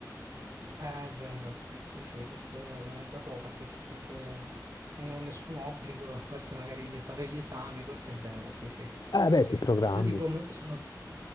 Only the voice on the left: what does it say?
Eh, beh, ti programmi.